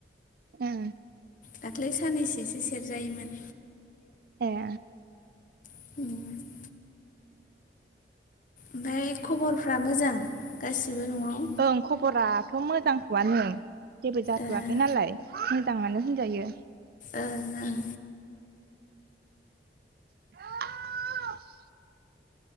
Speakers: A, on the right; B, on the left.
A: ए
B: दाख्लै साननैसेसो सेरजायोमोन
A: ए
B: उम ओमफ्राय खबरफ्रा मोजां गासिबो नआव
A: ओं खबराथ मोजांथआनो जेबो जाथवाखै
B: ओं
A: नालाय मोजाङानो होनजायो
B: ओं ओं
A: <inaudible>